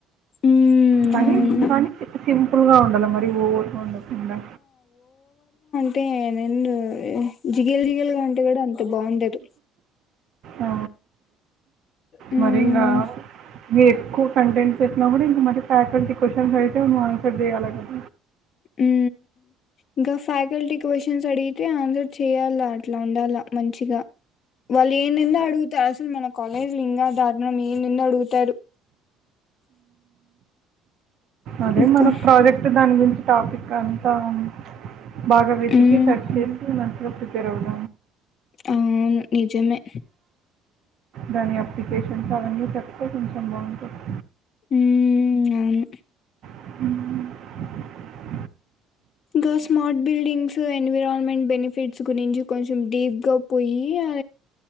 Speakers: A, on the left; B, on the right.
A: హ్మ్.
B: కానీ
A: అవును.
B: కానీ సింపుల్ గా ఉండాల మరి ఓవర్ ఉండకుండా
A: తె నేన్ జిగలు జిగేలుగా ఉంటే కూడా అంత బాగుండదు
B: అ
A: హ్మ్.
B: మరి ఇంకా మీ ఎక్కువ కంటెంట్స్ చెసినా కూడా ఇంకా మరి ఫ్యాకల్ క్వశ్చన్స్ చె మన ఫది అలా కద
A: ఉ ఇంకా ఫ్యాకల్టీ క్వశ్చన్స్ అడిగితే ఆన్సర్ చేయాలాం ట్లా ఉండాల మంచిగా వాళ్ళు ఏం ని అడుగుతారు అసలు మన కాలేజీ ఇంకా దారుణం ఏ ని అడుగుత తరు
B: అదే
A: ఇంకా
B: మన ప్రాజెక్ట్ దాని గురించి టాపిక్ అని బాగా వెతికి
A: హ్మ్.
B: సచ్చంది రప్పిపేర్ ఉం
A: అవు నిజమే
B: దాని అప్లికేషన్స్ అవన్నీ చెప్తే కొంచెం బాగుంటుంది
A: హ అను
B: హ
A: గ స్మార్ట్ బిడింగ్స్ ఎన్విరాన్మెంట్ బెనిఫిట్స్ గురించి కొంచెం డీప్గా పోయి అ